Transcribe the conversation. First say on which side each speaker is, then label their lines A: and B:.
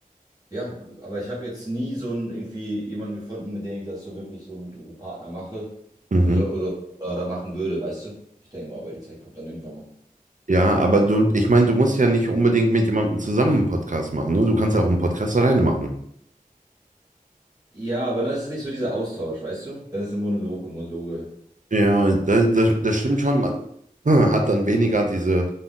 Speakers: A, on the right; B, on the right.
A: ja, aber ich habe jetzt nie so einen irgendwie jemanden gefunden, mit dem ich das so wirklich so einen, so einen Partner mache.
B: mhm.
A: Also oder, oder machen würde, weißt du? Ich denke mal, aber die Zeit kommt dann irgendwann mal.
B: Ja, aber du, ich meine, du musst ja nicht unbedingt mit jemandem zusammen einen Podcast machen, ne? Du kannst ja auch einen Podcast alleine machen.
A: Ja, aber dann ist es nicht so dieser Austausch, weißt du? Dann ist es ein Monolog, und Monologe.
B: Ja, das, das, das stimmt schon. Man <laughs> hm, hat dann weniger diese,